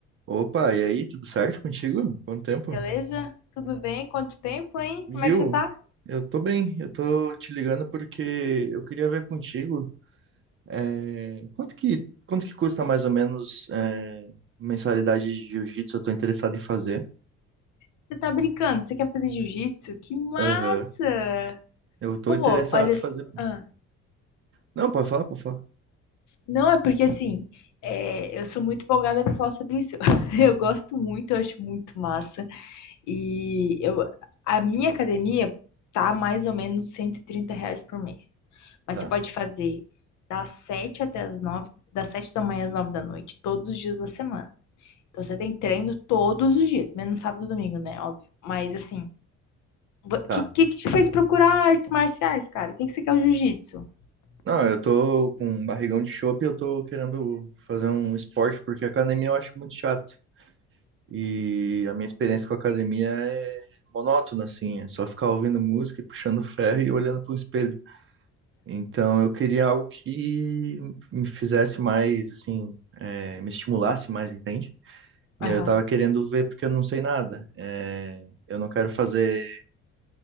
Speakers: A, on the right (about 45°); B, on the left (about 75°).
A: Opa, e aí, tudo certo contigo? Quanto tempo?
B: Beleza? Tudo bem? Quanto tempo, hein?
A: Viu?
B: Como é que você tá?
A: Eu tô bem, eu tô te ligando porque eu queria ver contigo, é, quanto que, quanto que custa mais ou menos, é, mensalidade de jiu-jitsu? Eu tô interessado em fazer.
B: Você tá brincando? Você quer fazer jiu-jitsu? Que massa!
A: Aham. Eu tô
B: Pô,
A: interessado
B: olha.
A: em
B: s-
A: fazer.
B: ah,
A: Não, pode falar, pode falar.
B: Não, é porque assim, é, eu sou muito empolgada pra falar sobre isso. <laughs> Eu gosto muito, eu acho muito massa. E eu, a minha academia tá mais ou menos 130 reais por mês. Mas
A: Tá,
B: você pode fazer das 7 até as 9 das 7 da manhã às 9 da noite, todos os dias da semana. Então você tem treino todos os dias, menos sábado e domingo, né? Óbvio. Mas assim, o
A: tá.
B: que, que que te fez procurar artes marciais, cara? O que que você quer o jiu-jitsu?
A: Não, eu tô com um barrigão de chope e eu tô querendo fazer um esporte porque academia eu acho muito chato. E a minha experiência com a academia é monótona, assim, é só ficar ouvindo música e puxando ferro e olhando para o espelho. Então eu queria algo que me fizesse mais, assim, é, me estimulasse mais, entende? E
B: Aham.
A: aí eu tava querendo ver porque eu não sei nada. É, eu não quero fazer